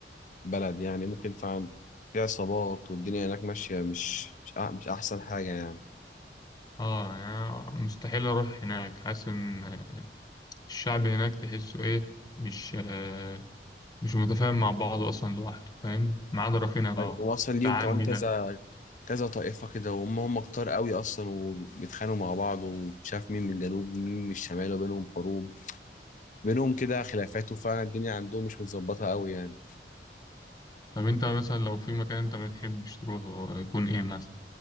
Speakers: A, on the left; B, on the left.
A: البلد يعني ممكن فعلا في عصابات والدنيا هناك ماشية مش مش, أح مش أحسن حاجة يعني
B: اه يعني مستحيل أروح هناك حاسس إن الشعب هناك تحسه إيه مش آه، مش متفاهم مع بعضه أصلا لوحده فاهم ما عدا رافينيا طبعا
A: وأصلا ليهم
B: ده عمي
A: كمان كذا
B: ده
A: كذا طائفة كده وهم هم كتار قوي أصلا وبيتخانقوا مع بعض ومش عارف مين من الجنوب ومين من الشمال وبينهم حروب بينهم كده خلافات وفعلا الدنيا عندهم مش متظبطة قوي يعني
B: طب أنت مثلا لو في مكان أنت ما بتحبش تروحه يكون إيه مثلا